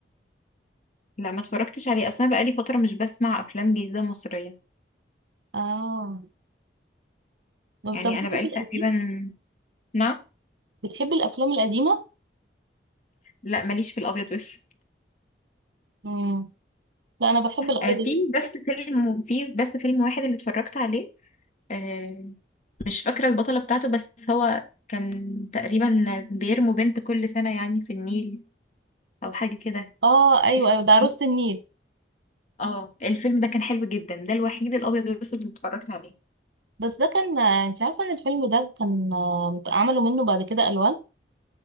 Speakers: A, on the left; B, on the right.
A: لا ما اتفرجتش عليه اصلا بقالي فترة مش بسمع افلام جديدة مصرية
B: اه
A: يعني
B: طب ليكي
A: انا بقالي
B: في القديم
A: تقريبا نعم
B: بتحبي الأفلام القديمة؟
A: لا ماليش في الابيض والاسود
B: مم. لا أنا بحب الأبيض
A: آه، في
B: والأسود.
A: بس فيلم في بس فيلم واحد اللي اتفرجت عليه آه، مش فاكرة البطلة بتاعته بس هو كان تقريبا بيرموا بنت كل سنة يعني في النيل أو حاجة كده
B: اه أيوه
A: تفتكري؟
B: أيوه ده عروسة النيل
A: اه الفيلم ده كان حلو جدا ده الوحيد الأبيض والأسود اللي اتفرجت عليه
B: بس ده كان انت عارفه ان الفيلم ده كان آه، عملوا منه بعد كده الوان